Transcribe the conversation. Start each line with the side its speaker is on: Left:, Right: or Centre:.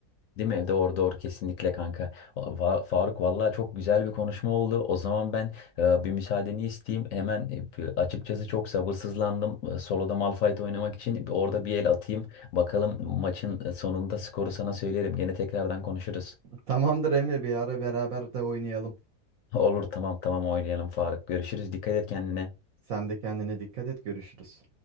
Left: Değil mi? Doğru doğru kesinlikle kanka. Va- Faruk vallahi çok güzel bir konuşma oldu. O zaman ben e, bir müsaadeni isteyeyim. Hemen e, bir- açıkçası çok sabırsızlandım. E, Solo'da Malphite oynamak için orada bir el atayım. Bakalım maçın e, sonunda skoru sana söylerim. Gene tekrardan konuşuruz.
Right: Tamamdır Emre bir ara beraber de oynayalım.
Left: <laughs> Olur tamam tamam oynayalım Faruk. Görüşürüz. Dikkat et kendine.
Right: Sen de kendine dikkat et görüşürüz.